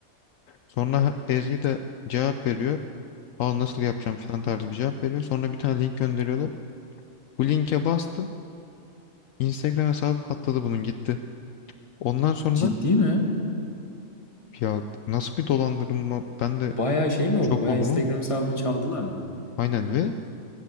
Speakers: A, on the left (about 70°); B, on the left (about 25°).
A: Sonra Ezgi de cevap veriyor. Aa nasıl yapacağım filan tarzı bir cevap veriyor. Sonra bir tane link gönderiyorlar. Bu linke bastı. Instagram hesabı patladı bunun gitti. Ondan sonra
B: Ciddi mi?
A: ya nasıl bir dolandırma ben de
B: Bayağı şey mi
A: şok
B: oldu? Bayağı
A: oldum
B: Instagram
A: ama.
B: hesabını çaldılar mı?
A: Aynen ve